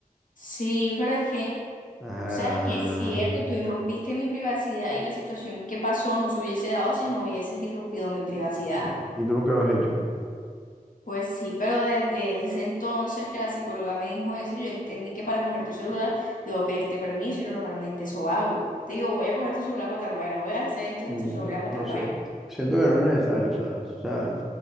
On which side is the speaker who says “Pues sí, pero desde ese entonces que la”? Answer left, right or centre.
Left